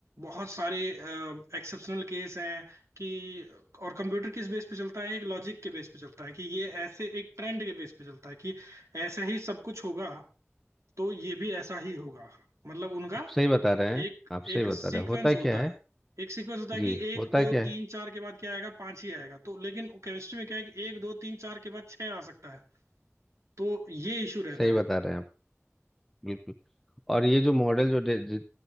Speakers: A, on the right; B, in the centre.
A: बहुत सारे एक्सेप्शनल केस हैं कि और कंप्यूटर किस बेस पे चलता है एक लॉजिक के बेस पे चलता है कि ये ऐसे एक ट्रेंड के बेस पे चलता है कि ऐसा ही सब कुछ होगा तो ये भी ऐसा ही होगा मतलब उनका
B: सही बता रहे हैं
A: एक
B: आप सही
A: एक
B: बता
A: सीक्वेंस
B: रहे हैं होता
A: होता
B: क्या है
A: है एक सीक्वेंस होता है
B: जी
A: कि एक
B: होता
A: दो
B: क्या है
A: तीन चार के बाद क्या आएगा पांच ही आएगा तो लेकिन केमिस्ट्री में क्या है कि एक दो तीन चार के बाद छह आ सकता है तो ये इशू रहता
B: सही बता
A: है
B: रहे हैं आप बिल्कुल और ये जो मॉडल जो डे- डे-